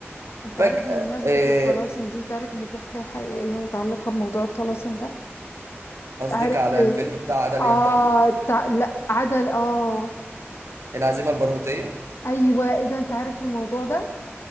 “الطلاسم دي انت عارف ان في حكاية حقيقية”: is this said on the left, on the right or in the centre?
Left